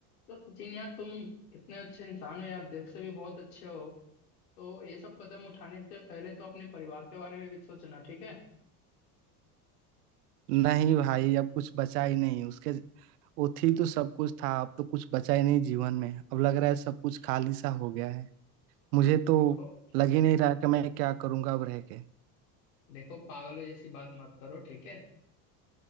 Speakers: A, on the left (about 80°); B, on the right (about 75°).
A: तो सचिन यार तुम इतने अच्छे इंसान हो यार दिल से भी बहुत अच्छे हो तो ये सब कदम उठाने से पहले तो अपने परिवार के बारे में भी सोचना ठीक है
B: नहीं भाई अब कुछ बचा ही नहीं उसके वो थी तो सब कुछ था अब तो कुछ बचा ही नहीं जीवन में अब लग रहा है सब कुछ खाली सा हो गया है मुझे तो
A: देखो
B: लग ही नहीं रहा कि मैं क्या करूंगा अब रह के
A: देखो पागलों जैसी बात मत करो ठीक है